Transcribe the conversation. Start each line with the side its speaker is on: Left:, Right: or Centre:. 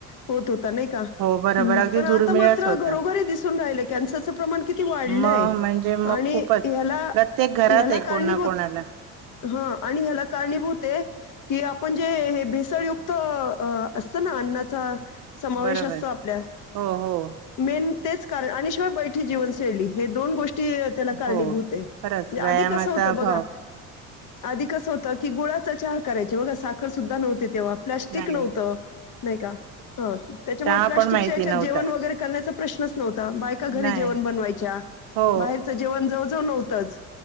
Left: होत होता का
Right: हो बरोबर अगदी
Left: पण आता
Right: दुर्मिळच
Left: मात्र
Right: होता
Left: घरोघरी दिसून राहिल कन्सरच प्रमाण किती वाढलंय
Right: मग म्हणजे मग
Left: आणि
Right: खूपच
Left: याला
Right: प्रत्येक घरात
Left: ह्याला
Right: आहे
Left: कारणीभूत
Right: कोणा कोणाला
Left: ह आणि ह्याला कारणीभूत आहे की आपण जे हे भेसळयुक्त असत ना अन्नाचा समावेश
Right: बरोबर
Left: असतो आपल्या
Right: हो हो
Left: मेन तेच कारण आणि शिवाय बैठी जीवनशैली हे दोन गोष्टी त्याला कारणीभूत
Right: हो
Left: आहे म्हणजे
Right: खरंच व्यायामाचा
Left: आधी कसं होतं
Right: अभाव
Left: बघा, आधी कसं होतं की गुळाचा चहा करायचे बघा साखर सुद्धा नव्हती तेव्हा प्लास्टिक
Right: नाही
Left: नव्हतं
Right: नाही
Left: नाही का ह त्याच्यामुळे
Right: चहा
Left: प्लास्टिकच्या
Right: पण माहिती
Left: याच्यात
Right: नव्हता
Left: जेवण वगैरे करण्याचा प्रश्नच नव्हता बायका घरी
Right: नाही
Left: जेवण बनवायच्या
Right: हो
Left: बाहेरच जेवण जव <inaudible> तच